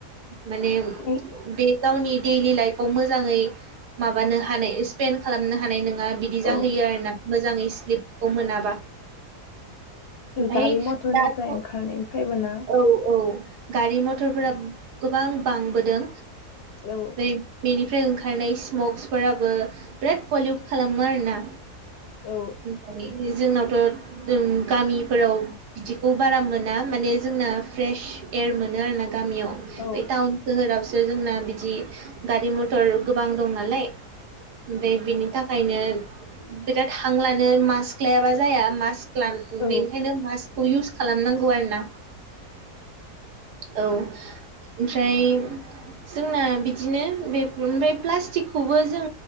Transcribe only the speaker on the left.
मे
औ
गारि मथरनिफ्राय
ओंखारनायनिफ्रायबो ना
औ
औ
औ
औ